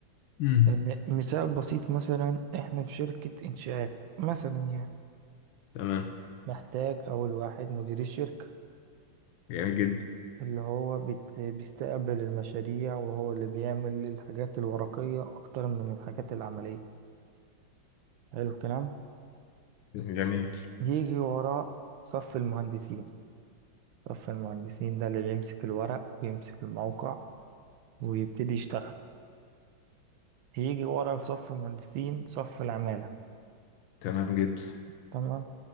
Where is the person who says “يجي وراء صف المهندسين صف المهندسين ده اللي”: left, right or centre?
Right